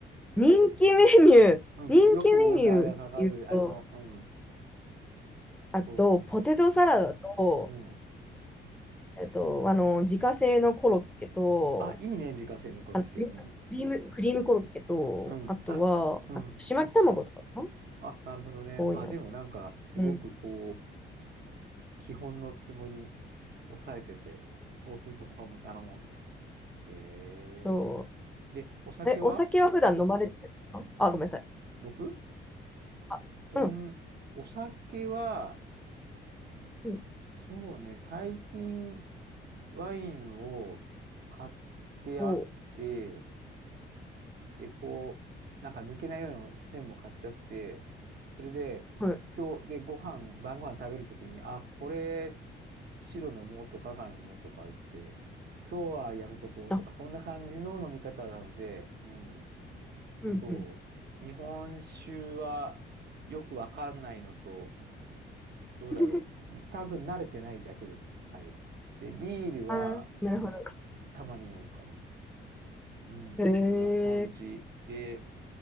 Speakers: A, in the centre; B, on the right.
A: 人気メニュー、
B: うん、
A: 人気メニューっていうと、
B: こう、よくオーダーがかかる。あの、うん。
A: あと、
B: そ
A: ポテトサラダと、
B: う。うん。
A: えっと、あの、自家製のコロッケと、
B: あ、いいね、自家製のコロッケ。
A: あの、クリクリーム、
B: うん。
A: クリームコロッケと、
B: うん。
A: あとは、
B: あ、うん。
A: あちまき卵とかかな
B: あ、なるほどね。
A: 多いな。
B: あ、でもなんか、すごくこう、
A: うん。
B: 基本のツボに抑えてて、そうすると他も頼もうみたいな。へ
A: そう。
B: え。で、お酒は
A: え、お酒は普段飲まれてるのあ、ごめんなさい。
B: 僕
A: あ、
B: そん、
A: うん。
B: お酒は、
A: うん
B: そうね、最近ワインを買ってあって、
A: おう、
B: で、こう、なんか抜けないような線も買ってあって、それで、
A: はい。
B: 今日、で、ご飯、晩ご飯食べるときに、あ、これ、白の藻とか赤の藻とか言って、今日はやめとこうとか、
A: あ、
B: そんな感じの飲み方なので、うん、
A: うん、
B: そう。
A: うん。
B: 日本酒はよくわかんないのと、どうだろう。
A: <laughs>
B: 多分慣れてないだけです。はい。で、ビールは
A: あーなるほど。
B: たまに飲むかな。うん、
A: へえ。
B: そんな感じで、